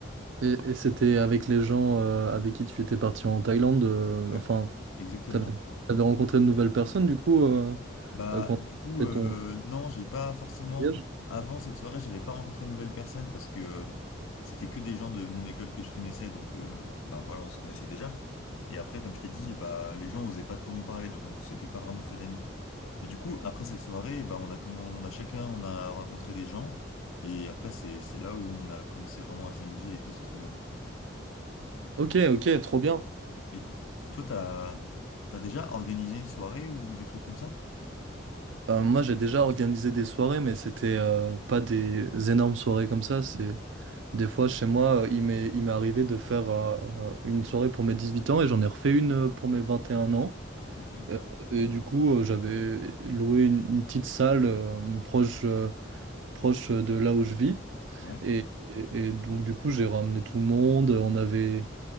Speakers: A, on the right; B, on the left.
A: Et, et c'était avec les gens euh, avec qui tu étais parti en Thaïlande. euh,
B: Ouais,
A: enfin,
B: exactement.
A: t'avais, t'avais rencontré de nouvelles personnes, du coup, euh,
B: Bah,
A: euh, quand tu
B: du coup, euh,
A: fait ton
B: non, j'ai pas forcément.
A: voyage?
B: Avant cette soirée, j'avais pas rencontré de nouvelles personnes parce que euh, c'était que des gens de mon école que je connaissais, donc euh, bah voilà, on se connaissait déjà. Et après, comme je t'ai dit, bah les gens osaient pas trop nous parler, donc on s'était pas vraiment fait d'amis. Mais du coup, après cette soirée, bah on a comment, on a chacun, on a rencontré des gens, et après c'est c'est là où on a commencé vraiment à s'amuser et tout, c'était trop bien.
A: Ok, ok, trop bien.
B: Et toi, t'as t'as déjà organisé une soirée ou des trucs comme ça?
A: Euh, moi, j'ai déjà organisé des soirées, mais c'était euh, pas des énormes soirées comme ça. C'est des fois chez moi, euh, il m'est il m'est arrivé de faire euh, euh, une soirée pour mes 18 ans et j'en ai refait une euh, pour mes 21 ans.
B: Ok,
A: Euh, et du coup, euh, j'avais loué une, une petite salle euh, proche euh, proche de là où je vis
B: ouais,
A: et, et- et donc du coup, j'ai ramené tout le monde. On avait